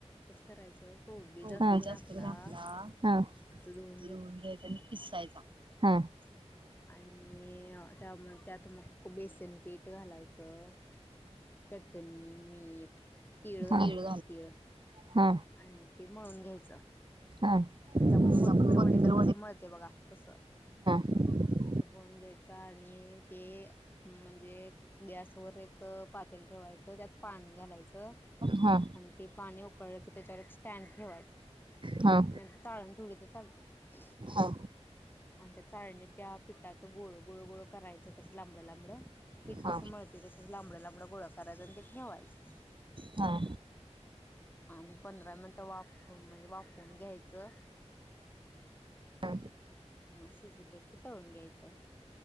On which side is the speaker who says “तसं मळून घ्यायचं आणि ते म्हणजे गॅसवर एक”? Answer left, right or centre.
Left